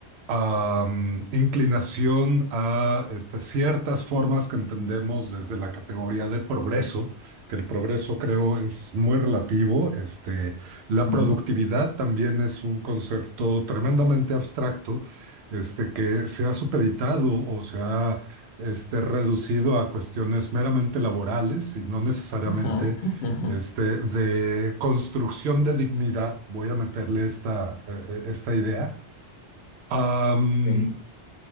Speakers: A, on the right; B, on the left.
A: am, inclinación a este, ciertas formas que entendemos desde la categoría de progreso, que el progreso creo es muy relativo. Este, la
B: ¿Mm?
A: productividad también es un concepto tremendamente abstracto. Este, que se ha supeditado o se ha este, reducido a cuestiones meramente laborales y no necesariamente
B: Ajá. <laughs>
A: este, de construcción de dignidad, voy a meterle esta, eh, eh, esta idea, Am,
B: Ok.